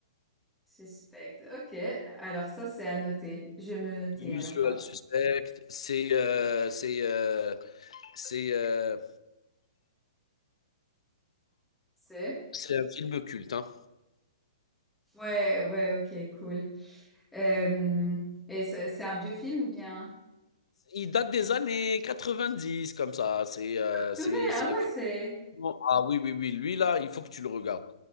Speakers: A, in the centre; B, on the left (about 80°).
A: Suspect. Ok, alors ça, c'est à noter. Je vais me le noter,
B: Usual
A: alors, parfait.
B: Suspect, c'est euh, c'est euh, c'est euh,
A: C'est?
B: c'est un film culte, hein.
A: Ouais, ouais, ok, cool. Euh, et c'est c'est un vieux film ou bien?
B: Il date des années quatre-vingt-dix, comme ça, c'est euh,
A: Purée,
B: c'est
A: ah
B: c'est
A: ouais, c'est...
B: vraiment ah oui, oui, oui, lui là, il faut que tu le regardes.